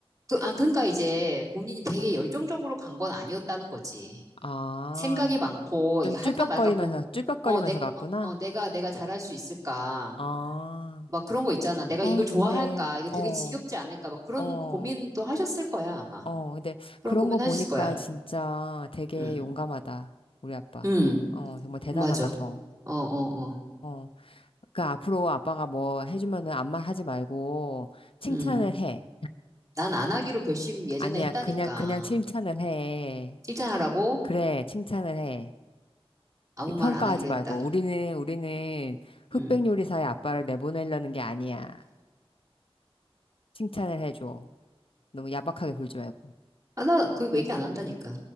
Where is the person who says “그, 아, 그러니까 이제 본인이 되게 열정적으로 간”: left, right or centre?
Right